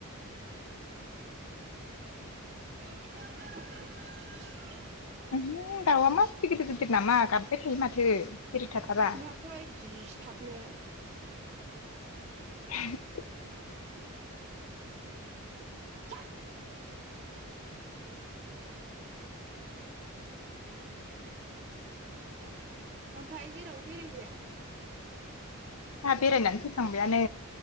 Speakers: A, on the right (about 35°); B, on the left (about 70°).
A: <unintelligible>
B: आयु दाउआ मासे गिदिर गिदिर नामा गाबबाय थायो माथो। सिरि थाथारा
A: नुवाखै दिसथाबनो।
B: <unintelligible>
A: होद <inaudible> ओमफ्राय जेरावबो बेरायहैया?
B: आंहा बेरायनानै फोखांबायानो